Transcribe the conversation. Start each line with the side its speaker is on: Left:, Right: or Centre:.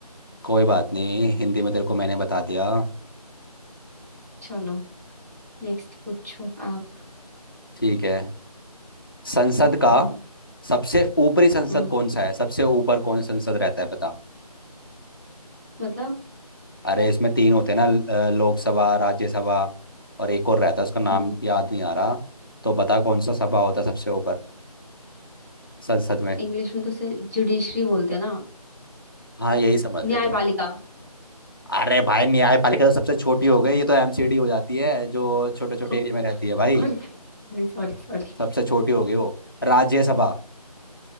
Left: कोई बात नहीं हिंदी में तेरे को मैंने बता दिया
Right: चलो नेक्स्ट पूछो आप
Left: ठीक है संसद का
Right: हम्म,
Left: सबसे ऊपरी संसद
Right: हम्म,
Left: कौन सा है सबसे ऊपर कौन संसद रहता है बता
Right: मतलब
Left: अरे इसमें तीन होते हैं ना ल- अ, लोकसभा राज्यसभा और एक और रहता है उसका नाम
Right: हम्म,
Left: याद नहीं आ रहा तो बता कौन सा सभा होता है सबसे ऊपर संसद में
Right: इंग्लिश में तो उसे जुडिशरी बोलते हैं ना
Left: हाँ यही समझ ले
Right: न्यायपालिका
Left: तू अरे भाई न्यायपालिका तो सबसे छोटी हो गई ये तो एमसीडी हो जाती है जो छोटे
Right: <laughs>
Left: छोटे एरिया में रहती है
Right: Sorry
Left: भाई
Right: sorry sorry sorry
Left: सबसे छोटी हो गई वो राज्यसभा